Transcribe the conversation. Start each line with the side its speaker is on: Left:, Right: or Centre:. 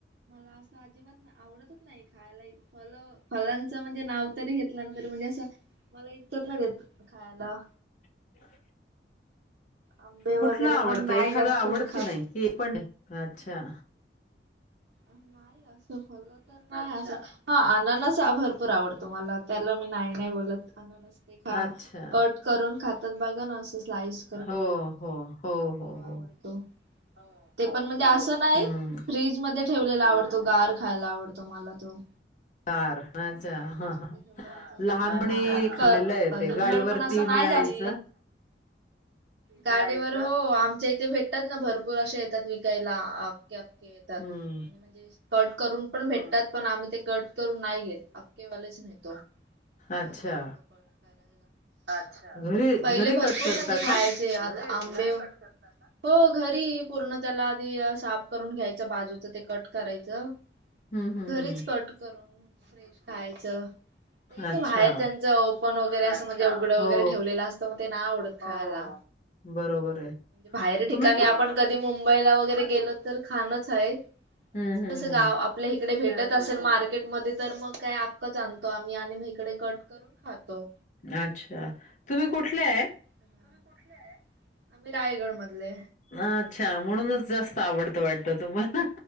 Right: मला असं. अजिबात आवडतच नाही खायला, फल फलांचं म्हणजे नाव. तरी घेतल ना तरी म्हणजे, असं मला इच्छाच होत खायला.
Left: <unintelligible>
Right: आंबे वगैरे
Left: कुठलं आवडतं
Right: पण नाही
Left: एखादं,
Right: जास्त
Left: आवडत
Right: मी खात
Left: की नाही, की एक पण नाही. अच्छा
Right: नाही असं फलं तर नाही असं, हा आनारस अननस भरपूर आवडतो मला, त्याला मी नाही नाही बोलत, अननस ते खा.
Left: अच्छा.
Right: कट करून खातात बघा ना, असं स्लाईस.
Left: हो हो हो हो हो.
Right: आवडतो ते पण म्हणजे असं नाही.
Left: हं.
Right: फ्रीजमध्ये ठेवलेला आवडतो गार खायला, आवडतो मला तो.
Left: पार. अच्छा,
Right: फ्रीज
Left: हा.. हा
Right: मध्ये ठेवलं की तो
Left: लहानपणी
Right: छान आणि
Left: खाल्लेलं
Right: क
Left: आहे
Right: कलिंगड
Left: ते, गाडीवरती
Right: पण असं नाही
Left: मिळायचं.
Right: जास्त गाडीवर हो, आमच्या इथे भेटतात ना, भरपूर असे येतात विक यला अखेअखे येतात.
Left: हं.
Right: आणि म्हणजे असं कट करून पण भेटतात. पण आम्ही ते कट करून नाही घेत, अखेवालेच घेतो.
Left: अच्छा.
Right: घरी आणतो कट करायला. अच्छा,
Left: घरी
Right: पहिले
Left: घरी
Right: भरपूर
Left: कट करता
Right: म्हणजे खाय
Left: का?
Right: ते आता आंबे व, हो, घरी पूर्ण त्याला आधी साफ करून घ्यायचं, बाजूचं. मग ते कट करायचं,
Left: हं,
Right: आणि मग
Left: हं,
Right: घरीच
Left: हं.
Right: कट करून फ्रेश खायचं. ते कसं
Left: अच्छा.
Right: बाहेरच्याच ओपन वगैरे असं, म्हणजे उघडं
Left: हो.
Right: वगैरे ठेवलेलं असतं. मग ते नाय आवडत खायला.
Left: बरोबर आहे.
Right: बाहेर ठिकाणी
Left: तुम्ही कु
Right: आपण, कधी मुंबईला वगैरे गेलं तर, खाणच आहे.
Left: हं,
Right: असं
Left: हं,
Right: तसं
Left: हं.
Right: गाव आपल्या इकडे भेटत असेल मार्केटमध्ये. तर मग काय आक्कच आणतो आम्ही, आणि मग इकडे कट करून खातो.
Left: अच्छा, तुम्ही कुठले?
Right: तुम्ही कुठले? आम्ही रायगड मधले.
Left: हा, अच्छा. म्हणूनच जास्त आवडतं वाटत तुम्हाला.